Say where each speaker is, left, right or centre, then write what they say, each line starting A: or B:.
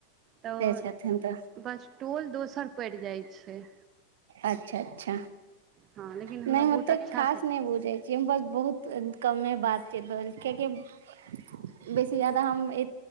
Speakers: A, on the right; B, on the right.
A: तऽ
B: से छथिन तऽ
A: बस टोल दोसर पड़ि जाइ छैय।
B: अच्छा अच्छा
A: हँ लेकिन हमरा
B: नहि ओते
A: बहुत अच्छासँ
B: खास नहि बुझै हम बस बहुत कमे बात <unintelligible> रहल कियकि बेसी ज्यादा हम ए